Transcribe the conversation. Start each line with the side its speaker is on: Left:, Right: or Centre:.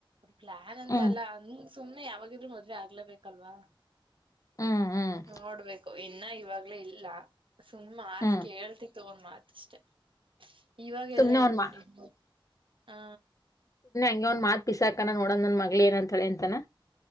Right: ಪ್ಲಾನ್ ಅಂತ
Left: ಹ್ಮ್
Right: ಅಲ್ಲ ಅ ಸುಮ್ನೆ ಯಾವಾಗಿದ್ರು ಮದ್ವೆ ಆಗ್ಲೇಬೇಕಲ್ವಾ
Left: ಹ್ಮ್ ಹ್ಮ್
Right: ನೋಡ್ಬೇಕು ಇನ್ನ ಇವಾಗ್ಲೇ ಇಲ್ಲ ಸುಮ್ ಮಾತ್
Left: ಹ್ಮ್
Right: ಕೇಳ್ತಿ ತಗೊಂಡ್ ಮಾತ್ ಅಷ್ಟೆ ಇವಾಗೆಲ್ಲಾ
Left: ಸುಮ್ನೆ
Right: ಏನ್
Left: ಒಂದ್ ಮಾ
Right: ಬಿಡಿ ಹಾ
Left: ನ ಒಂದ್ ಮಾತ್ ಪಿಸಾಕನ ನೋಡನ್ ನನ್ ಮಗಳ ಏನ್ ಹಳ್ತಾಳೆ ಎಂತಾನ